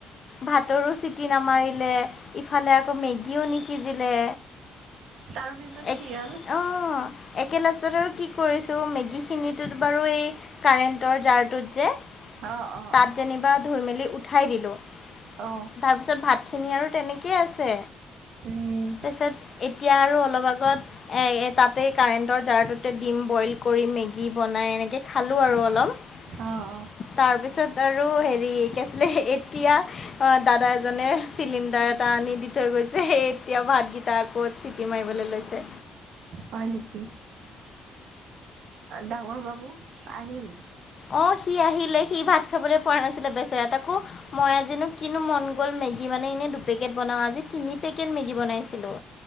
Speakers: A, on the left; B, on the right.
A: ভাতৰো চিটি নামাৰিলে ইফালে আকৌ মেগী গীও নিসিজিলে।
B: তাৰপিছত
A: এক
B: কি হ'ল
A: অ, একে লাষ্টতত আৰু কি কৰিছ চ' মেগীখিনিটোত বাৰু এই কাৰেণ্টৰ জাৰটোত যে
B: অ অ অ
A: তাত যেনিবা ধুই মেলি উঠাই দিলোঁ।
B: অ
A: তাৰ পিছত ভাত খিনি আৰু তেনেকে কে আছে
B: উম
A: তাৰপিছত এতিয়া আৰু অলপ আগত এ তাতে কাৰেণ্টৰ জাৰটোতে ডিম বইল কৰি মেগি বনাই এনেকে খালো আৰু অলপ
B: অ অ
A: তাৰপিছত আৰু হেৰি হেৰি কি আছিলে এতিয়া দাদা এজনে চিলিণ্ডাৰ এটা আনি দি থৈ গৈছে। এতিয়া ভাতকেইটা আকত চিটি মাৰিবলে লৈছে।
B: হয় নেকি, ডাঙৰ বাবু আহিল?
A: অ', সি আহিলে সি ভাত খাবলৈ পোৱা নাছিলে বেচেৰা তাকো মই আজিনো কিনো মন গ'ল মেগী মানে এনেই দুপেকেট বনাওঁ আজি তিনি পেকেট মেগী বনাইছিলোঁ